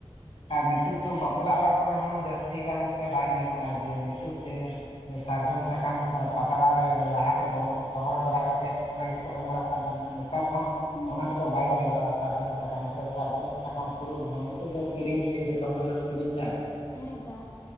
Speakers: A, on the left (about 70°); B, on the left (about 25°).
A: ᱟᱨ ᱱᱤᱛᱚᱜ ᱛᱚ ᱵᱟᱯᱞᱟ ᱚᱲᱟᱜ ᱠᱚᱨᱮ ᱦᱚᱸ ᱡᱟᱹᱥᱛᱤ ᱜᱟᱱᱛᱮ ᱵᱟᱭ ᱧᱮᱞᱚᱜᱼᱟ ᱡᱮ ᱱᱤᱛᱚᱜ ᱡᱮ ᱥᱟᱨᱡᱚᱢ ᱥᱟᱠᱟᱢ ᱠᱚ ᱯᱟᱛᱲᱟ ᱨᱮ ᱞᱟᱦᱟ ᱛᱮᱫᱚ ᱨᱚᱦᱚᱲ ᱵᱟᱲᱟ ᱠᱟᱛᱮᱜ ᱚᱱᱟ ᱜᱮᱠᱚ ᱮᱢ ᱵᱟᱲᱟᱜ ᱠᱟᱱ ᱛᱟᱦᱮᱱᱟ ᱾ ᱱᱮᱛᱟᱨ ᱫᱚ ᱦᱚᱜ
B: ᱦᱩᱸ
A: ᱚᱱᱟ ᱠᱚᱫᱚ ᱵᱟᱭ ᱧᱮᱞᱚᱜᱼᱟ, ᱥᱟᱨᱡᱚᱢ ᱥᱟᱠᱟᱢ ᱥᱮ ᱥᱟᱨᱡᱚᱢ ᱥᱟᱠᱟᱢ ᱯᱷᱩᱲᱩᱜ ᱨᱮᱦᱚᱸ ᱱᱤᱛᱚᱜ ᱫᱚ ᱠᱤᱨᱤᱧ ᱜᱮ ᱡᱚᱛᱚ ᱦᱚᱲ ᱜᱮᱠᱚ ᱠᱤᱨᱤᱧ ᱫᱟ ᱾
B: ᱦᱮᱸ ᱫᱟ ᱾